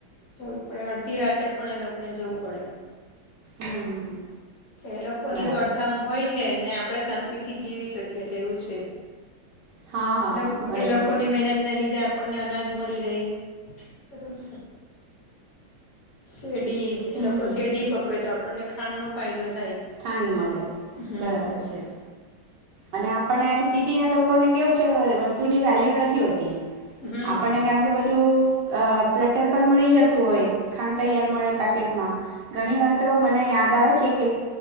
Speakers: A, on the left; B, on the right.
A: જવું જ પડે અડધી રાતે પણ એ લોકો- આપને જવું પડે-
B: હમ
A: તે લોકોની
B: બરાબર
A: દોડધામ હોય છ છે ને આપણે શાંતિ થી જીવી શકીએ છ છેએ એવું છે.
B: હા હા
A: એલોક
B: બરાબર
A: લોકોની
B: છે
A: મહેનત ને લીધે આપ- પણને અનાજ મળી રે બધું સ શેરડી
B: હમ
A: એ લોકો શેરડી પકવેતા પણને ખાનનો ફાયદો-
B: ખાંડ મળે
A: હમ
B: બરાબર છે, અને- પણએ સિટીના લોકોને કેવું છે. વસ્તુની વેલ્યુ નથી હોતી.
A: હમ
B: આપણને કારણ કે બધુ- અ પ્લેટર પર મળી જતું હોય ખાંડ તૈયાર મળે પેકેટમાં ઘણી વાર તો મને યાદ આવે છે કે-